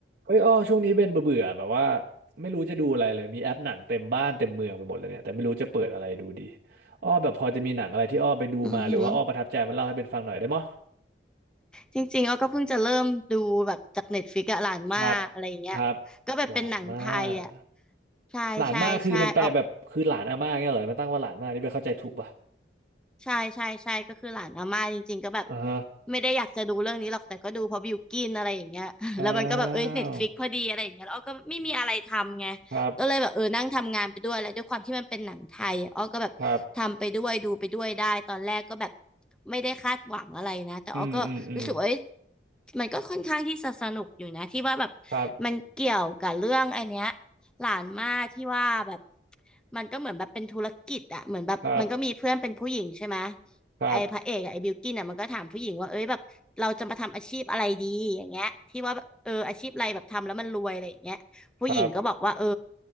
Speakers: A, on the right; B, in the centre.
A: เฮ้ยอ้อช่วงนี้เป็นเบื่อๆแบบว่าไม่รู้จะดูอะไรเลยมีแอปหนังเต็มบ้านเต็มเมืองไปหมดเลยเนี่ยแต่ไม่รู้จะเปิดอะไรดูดีอ้อแบบพอจะมีหนังอะไรที่อ้อไปดูมาหรือว่าอ้อประทับใจมันเล่าให้เป็นฟังหน่อยได้มั้ย
B: อือหือจริงๆอ้อก็เพิ่งจะเริ่มดูแบบจากเน็ตฟลิกซ์อะหลานมากอะไรอย่างเงี้ยก็แบบเป็นหนังไทยอะ
A: ครับครับหลานมาก
B: ใช่ใช่ใช่ออก
A: หลานมากคือมันแปลแบบคือหลานอาม่าเงี้ยเหรอมันตั้งว่าหลานมากนี่ไปเข้าใจถูกป่ะ
B: ใช่ใช่ใช่ก็คือหลานอาม่าจริงๆก็แบบ
A: อ่าฮะ
B: ไม่ได้อยากจะดูเรื่องนี้หรอกแต่ก็ดูเพราะบิวกินอะไรอย่างเงี้ย <laughs>
A: อ้า
B: แล้วมันก็แบบเอ้ยเน็ตฟลิกพอดีอะไรอย่างเงี้ยแล้วอ้อก็ไม่มีอะไรทำไง
A: วครับ
B: ก็เลยแบบเออนั่งทำงานไปด้วยแล้วด้วยความที่มันเป็นหนังไทยอ้อก็แบบทำไปด้วยดูไปด้วยได้ตอนแรกก็แบบ
A: ครับ
B: ไม่ได้คาดหวังอะไรนะแต่อ้อก็รู้สึกว่าเอ้ย
A: อืมอืมอืม
B: มันก็ค่อนข้างที่จะสนุกอยู่นะที่ว่าแบบ
A: ครับ
B: มันเกี่ยวกับเรื่องไอเนี้ย หลานม่าที่ว่าแบบมันก็เหมือนแบบเป็นธุรกิจอะเหมือนแบบมันก็มีเพื่อนเป็นผู้หญิงใช่ไหม
A: ครับครับ
B: ไอ้พระเอกอะไอ้บิลกิ้นอะมันก็ถามผู้หญิงว่าเอ้ยแบบเราจะมาทำอาชีพอะไรดีอย่างเงี้ยที่ว่าแบบเอออาชีพอะไรแบบทำแล้วมันรวยอะไรอย่างเงี้ยผู้หญิงก็บอกว่าเออ
A: ครับ